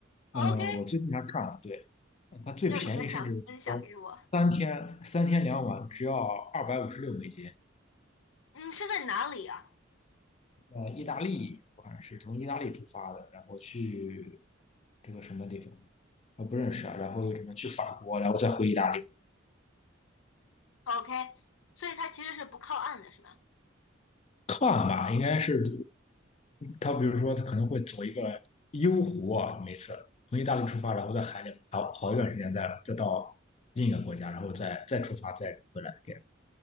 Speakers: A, on the left; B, on the left.
A: OK，
B: 嗯，我最近还看了，对，它最便宜，
A: 你有什么想分享给我？
B: 甚至说三天三天两晚只要二百五十六美金。
A: 嗯，是在哪里啊
B: 呃，意大利，我看是从意大利出发的，然后去这个什么地方，我不认识啊，然后又什么去法国，然后再回意大利。
A: ？OK，所以它其实是不靠岸的，是吧？
B: 看吧，应该是他，比如说他可能会走一个幽湖啊，每次从意大利出发，然后在海里好好一段时间再，再到另一个国家，然后再再出发，再回来这样。